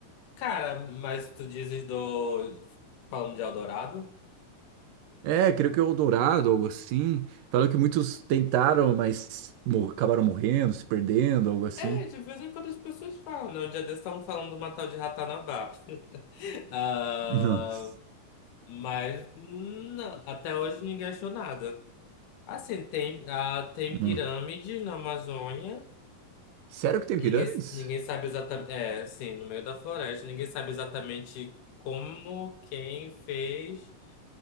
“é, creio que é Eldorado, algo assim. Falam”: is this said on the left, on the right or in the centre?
Right